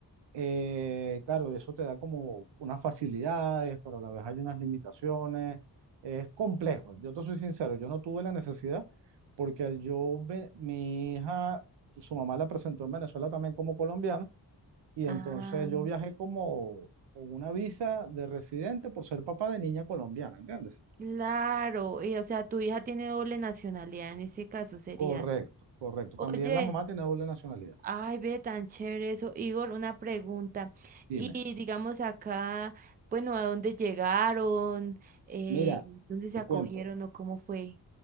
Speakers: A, on the right; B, on the right.
A: Eh, claro, eso te da como unas facilidades, pero a la vez hay unas limitaciones. Es complejo. Yo te soy sincero, yo no tuve la necesidad porque al yo, ve- mi hija, su mamá la presentó en Venezuela también como colombiana y
B: Ah,
A: entonces yo viajé como con una visa de residente por ser papá de niña colombiana, ¿entiendes?
B: claro. Y, o sea, tu hija tiene doble nacionalidad en ese caso sería.
A: Correcto, correcto.
B: Oye,
A: También la mamá tiene doble nacionalidad.
B: ay, ve tan chévere eso. Igor, una pregunta.
A: Dime,
B: Y digamos acá, bueno, ¿a dónde llegaron? Eh,
A: mira,
B: ¿dónde se
A: te
B: acogieron
A: cuento.
B: o cómo fue?